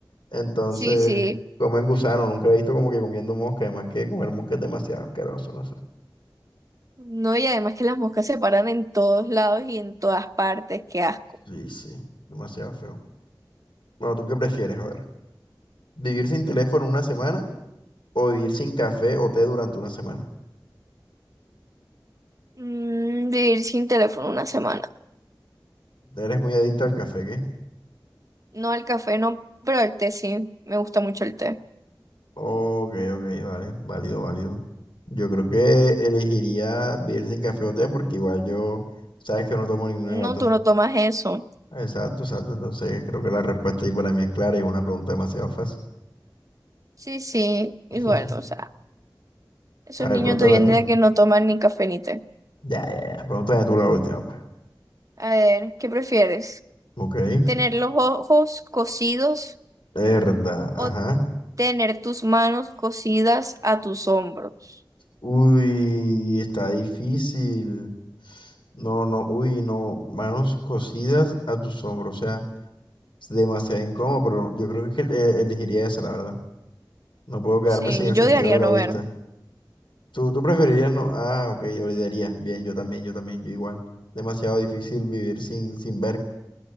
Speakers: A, on the left (about 85°); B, on the right (about 45°).
A: Entonces,
B: Sí, sí.
A: comen gusano, nunca he visto como que comiendo mosca, además que comer mosca es demasiado asqueroso, no sé.
B: No, y además que las moscas se paran en todos lados y en todas partes. Qué asco.
A: Sí, sí, demasiado feo. Bueno, ¿tú qué prefieres? A ver, ¿vivir sin teléfono una semana o vivir sin café o té durante una semana?
B: Mm, vivir sin teléfono una semana.
A: Eres muy adicto al café, ¿qué?
B: No, al café no, pero al té sí. Me gusta mucho el té.
A: Ok, ok, vale, válido, válido. Yo creo que elegiría vivir sin café o té porque igual yo, sabes que no tomo ninguna
B: No,
A: de las dos.
B: tú no tomas eso.
A: Exacto, exacto. Entonces creo que la respuesta ahí para mí es clara y es una pregunta demasiado fácil.
B: Sí, sí.
A: <laughs>
B: Igual, o sea, esos
A: A ver,
B: niños
A: pregúntame
B: de hoy en
A: tú.
B: día que no toman ni café ni té.
A: Ya, ya, ya. Pregúntame tú la última, pues.
B: A ver, ¿qué prefieres?
A: Ok.
B: tener los ojos cosidos
A: Verdad, ajá.
B: o tener tus manos cosidas a tus hombros.
A: Uy, está difícil. No, no, uy, no. Manos cosidas a tus hombros. O sea, es demasiado incómodo, pero yo creo que eh, elegiría esa, la verdad. No puedo quedarme
B: Sí,
A: sin el
B: yo
A: sentido
B: diría
A: de la
B: no
A: vista.
B: ver.
A: ¿Tú, tú preferirías no? Ah, ok, olvidarías. Bien, yo también, yo también, yo igual. Demasiado difícil vivir sin, sin ver.